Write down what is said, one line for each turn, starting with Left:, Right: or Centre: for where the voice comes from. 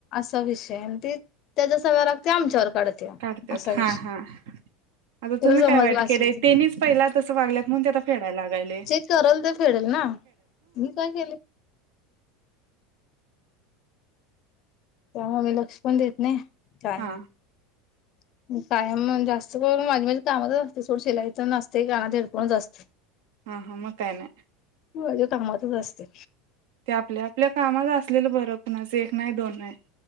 Left: चा विषय आन ते त्याजा सगळा राग ते आमच्यावर काढत्या
Right: काढत्यात
Left: असा विषय.
Right: हा हा आता
Left: तुला
Right: तुम्ही
Left: समजला
Right: काय वाईट
Left: असेल
Right: केलंय
Left: तर
Right: तेनीच पहिला तस वागल्यात म्हणून ते आता फेडायला लागायलेय
Left: चेक कराल तर फेडल ना मी काय केले त्यामुळ मी लक्ष पण देत नाही. काय
Right: हा
Left: नाही. कायम जास्त वेळ माझ्या माझ्या कामातच असते सोड शिलाई पण असते कानात हेडफोन असते.
Right: हम्म हम्म म काय नाई.
Left: माझ्या कामातच असते.
Right: ते आपल्या आपल्या कामात असलेलं बरं कुणाचं एक नाही दोन नाही.